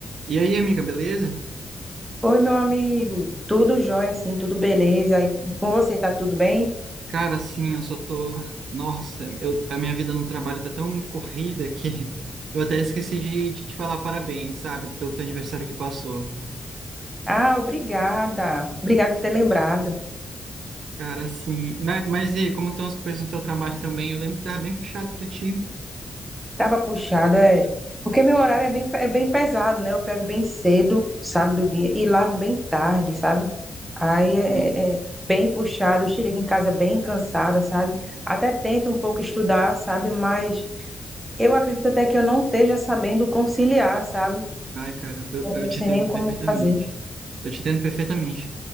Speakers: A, on the right; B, in the centre.
A: E aí, amiga, beleza?
B: Oi, meu amigo. Tudo jóia, assim, tudo beleza? E com você tá tudo bem?
A: Cara, assim, eu só tô. Nossa, eu... a minha vida no trabalho tá tão corrida que <laughs> eu até esqueci de, de te falar parabéns, sabe, pelo teu aniversário que passou.
B: Ah, obrigada. Obrigada por ter lembrado.
A: Cara, assim. Mas, mas e aí, como estão as coisas no teu trabalho também? Eu lembro que tava bem puxado pra ti.
B: Tava puxado, é. Porque meu horário é bem, é bem pesado, né? Eu pego bem cedo, sabe, do dia, e largo bem tarde, sabe? Aí é,
A: Sim.
B: é é bem puxado, eu chego em casa bem cansada, sabe? Até tento um pouco estudar, sabe? Mas eu acredito até que eu não esteja sabendo conciliar, sabe?
A: Ai, cara, eu,
B: Eu
A: eu
B: não
A: te
B: sei
A: entendo
B: nem como
A: perfeitamente.
B: fazer.
A: Eu te entendo perfeitamente.